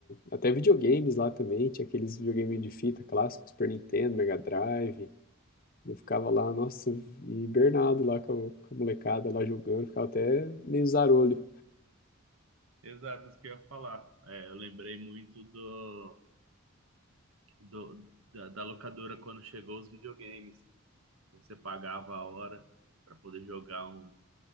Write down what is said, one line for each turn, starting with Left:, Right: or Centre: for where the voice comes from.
Left: até videogames lá também, tinha aqueles videogames de fita clássicos, Super Nintendo, Mega Drive. Eu ficava lá, nossa, hibernado lá com a, com a molecada lá jogando, ficava até meio zarolho.
Right: Exato, isso que eu ia falar. É, eu lembrei muito do, do da, da locadora quando chegou os videogames. Você pagava a hora para poder jogar um,